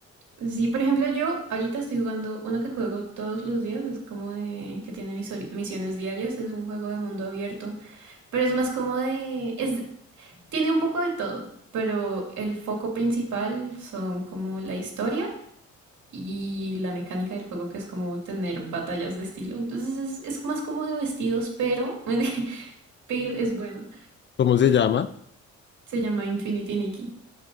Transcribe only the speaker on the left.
¿Cómo se llama?